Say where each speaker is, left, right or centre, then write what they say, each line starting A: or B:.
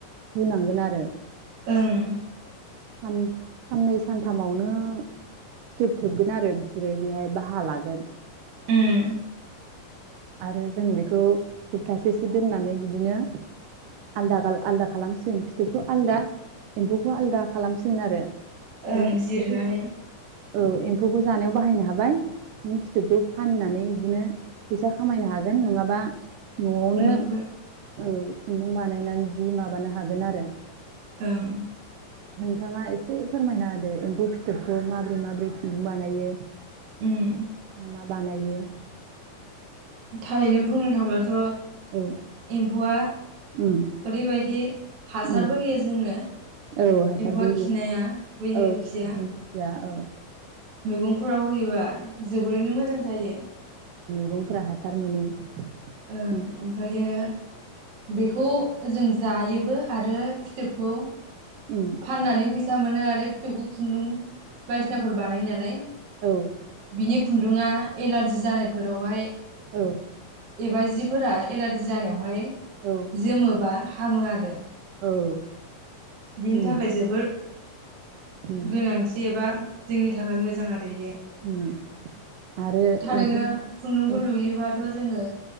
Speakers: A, on the right; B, on the right.
A: होनांगोन आरो
B: ओं
A: ओ साननै सानथामावनो फिथोब थोबगोन आरो बिसोरो बेहाय बाहा लागोन
B: उम
A: आरो जों बेखौ सप्तासेसो दोननानै बिदिनो आलदा-आलदा खालामसिगोन फिथोबखौ आलदा एम्फौखौ आलदा खालामसिगोन आरो नोङो
B: ओं
A: एम्फौखौ
B: जिरनानै
A: जानो औ एम्फौखौ जानायाव बाहायनो हाबाय नों फिथोबखौ फाननानै बिदिनो फैसा खामायनो हागोन नंङाबा न'आवनो
B: खुन्दुंफोर
A: ओ खुन्दुं बानायनानै जि माबानो हागोन आरो
B: ओं
A: नोंथाङा एसे फोरमायना होदो एम्फौ फिथोबखौ माब्रै माब्रै खुन्दुं बानायो।
B: उम
A: मा मा बानायो
B: थारैनो बुंनो थांब्लाथ'
A: औ
B: एम्फौआ
A: उम
B: ओरैबायदि हासारबोहोयो
A: उम
B: जोंनो
A: औ हासारबो
B: एम्फौआ
A: होयो
B: खिनाया बैयो
A: औ
B: खिया
A: दिंखिया औ
B: मैगंफोराव होयोबा जोबोरैनो मोजां जायो।
A: <unintelligible> गंफ्रा हासार मोनो।
B: ओं
A: उम
B: ओमफायो बेखौ जों जायोबो आरो फिथोबखौ
A: उम
B: फाननानै फैस <unintelligible> मोनो आरो फिथौखौ खुन्दुं बायदिसिनाफोर बानायो नालाय
A: औ
B: बिनि खुन्दुंआ एलारजि जानायफोरावहाय
A: औ
B: एबा जिब फोर एलारजि जानायावहाय
A: औ
B: जोमोबा हामो आरो
A: औ
B: बिनि
A: नंगौ
B: थाखाय जोबोर
A: उम
B: गोनांथि एबा जोंनि थाखाय मोजां आर <unintelligible>
A: उम आरो
B: थारैनो
A: एम्फौनि
B: खुन्दुंखौ
A: एम्फौनि
B: लुयोबाथ' जोंङो